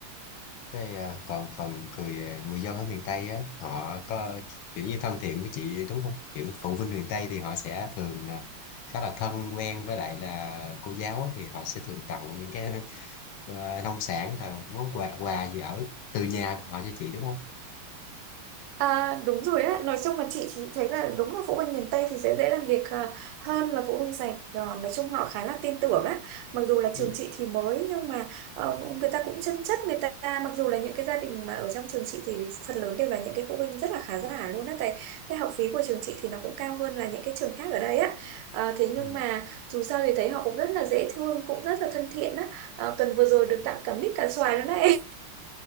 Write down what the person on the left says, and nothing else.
Thế, à, còn phần người à, người dân ở miền Tây á họ có kiểu như thân thiện với chị đúng không kiểu phụ huynh miền Tây thì họ sẽ thường à, khá là thân quen với lại là cô giáo thì họ sẽ thường tặng những cái à, nông sản hay là món quà quà gì ở từ nhà của họ cho chị đúng không
ừ.
Ừ.